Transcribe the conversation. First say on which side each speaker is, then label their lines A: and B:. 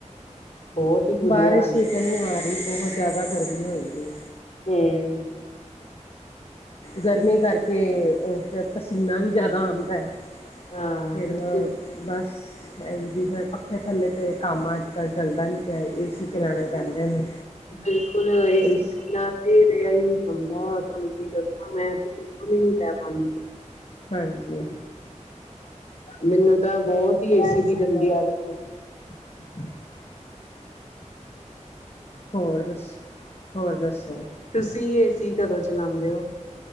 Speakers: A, on the left (about 70°); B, on the left (about 50°).
A: ਬਹੁਤ ਹੀ ਬੁਰੀ
B: ਬਾਰਿਸ਼
A: ਹਾਲ
B: ਵੀ ਤਾਂ ਨਹੀਂ ਆ ਰਹੀ ਬਹੁਤ ਜਿਆਦਾ ਗਰਮੀ ਹੋਏਗੀ।
A: ਹਮ
B: ਗਰਮੀ ਕਰਕੇ ਫਿਰ ਪਸੀਨਾ ਵੀ ਜ਼ਿਆਦਾ ਆਉਂਦੈ ਦੀ
A: ਹਾਂ
B: ਫਿਰ
A: ਬਿਲਕੁਲ
B: ਬਸ ਐਲ ਜੀ ਫ ਪੱਖੇ ਥੱਲੇ ਤੇ ਕੰਮ ਅਜ ਚੱਲਦਾ ਨੀ ਪਿਆ ਏਸੀ ਚਲਾਉਣੇ ਪੈਂਦੇ ਨੇ
A: ਬਿਲਕੁਲ ਏਸੀ
B: ਇਸ
A: ਬਿਨਾਂ ਤੇ ਰੇਹਾ ਹੀ ਨੀ ਜਾਂਦਾ ਤੁਹਾਨੂੰ ਕੀ ਦੱਸਾਂ ਮੈਂ ਤੇ ਬਿਲਕੁਲ ਹੀ ਨੀ ਪਾਂਦੀ
B: ਹਾਂਜੀ
A: ਮੈਨੂੰ ਤਾਂ ਬਹੁਤ ਹੀ ਏਸੀ ਦੀ ਗੰਦੀ ਆਦਤ ਪ
B: <unintelligible> ਹੋਰ ਦੱਸ ਹੋਰ ਦੱਸੋ?
A: ਤੁਸੀਂ ਏਸੀ ਕਦੋਂ ਚਲਾਉਂਦੇ ਓ?